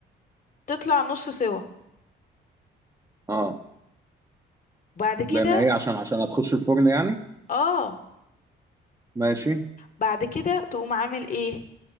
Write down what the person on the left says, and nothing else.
تطلع نُص سِوَى،
وبعد كده
آه،
بعد كده تقوم عامل إيه،